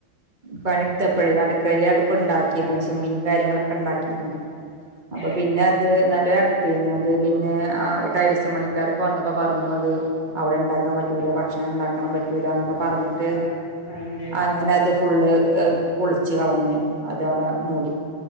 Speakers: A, on the right; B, on the left.
A: പണിെടുത്തപ്പോഴേ അടുക്കളയിലെ അടുപ്പ ഉണ്ടാക്കിന്നു
B: ആ
A: ചിമ്മിനി കാര്യങ്ങളൊക്കെ ഉണ്ടാക്കിയിരുന്നു അപ്പൊ
B: ഏ
A: പിന്നെ അത് നല്ല അടുപ്പരുന്നു അത് പിന്നെ ടൈൽസ് പണിക്കാരൊക്കെ വന്ന അപോ പറഞ്ഞു അത് അവിടെണ്ടാക്കാൻ പറ്റൂല ഭക്ഷണം ഉണ്ടാക്കണംൻ പറ്റൂല്ല എന്നൊക്കെ പറഞ്ഞിട്ട് ട്ട്
B: അ അതെന്തേ
A: അങ്ങനെ അത് ഫുള്ള് പൊളിച്ച് കളഞ്ഞ് അതവിടെ മൂടി